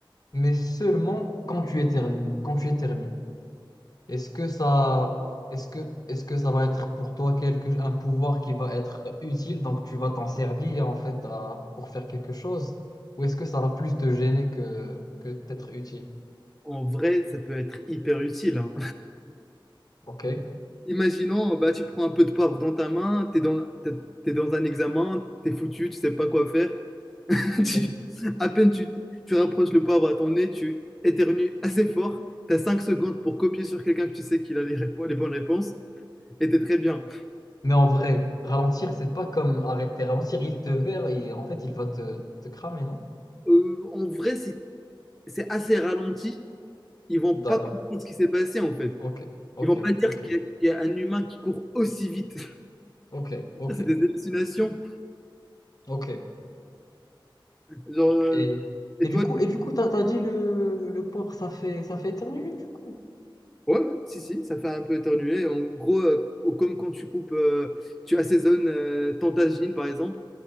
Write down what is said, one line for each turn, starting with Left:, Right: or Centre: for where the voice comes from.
Left: mais seulement quand tu éternues, quand tu éternues. Est-ce que ça, est-ce que, est-ce que ça va être pour toi quelque, un pouvoir qui va être utile, donc tu vas t'en servir en fait à- pour faire quelque chose, ou est-ce que ça va plus te gêner que, que t'être utile?
Centre: En vrai, ça peut être hyper utile. hein.
Left: Ok,
Centre: <laughs> Imaginons, bah, tu prends un peu de poivre dans ta main, t'es dans, t'es, t'es dans un examen, t'es foutu, tu sais pas quoi faire. <laughs>
Left: ok.
Centre: Tu- à peine tu, tu rapproches le poivre à ton nez, tu éternues assez fort, t'as 5 secondes pour copier sur quelqu'un que tu sais qu'il a les, répo- les bonnes réponses, et t'es très bien.
Left: Mais en vrai, ralentir, c'est pas comme arrêter. Ralentir, il te verra et en fait, il va te, te cramer, non?
Centre: Euh, en vrai, c'est, c'est assez ralenti. Ils vont pas
Left: D'accord.
Centre: comprendre ce qui s'est passé, en fait.
Left: Ok, ok,
Centre: Ils vont pas dire
Left: ok,
Centre: qu'il y, a qu'il y a un humain qui court aussi vite.
Left: ok,
Centre: <laughs>
Left: ok,
Centre: Ça, c'est des hallucinations.
Left: ok.
Centre: Genre, euh,
Left: Et,
Centre: et
Left: et
Centre: toi,
Left: du coup, et du coup, t'as, t'as dit le, le porc, ça fait, ça fait éternuer, du coup.
Centre: Ouais, ouais, si, si, ça fait un peu éternuer. En gros, euh, au- comme quand tu coupes, euh, tu assaisonnes euh, ton tagine, par exemple.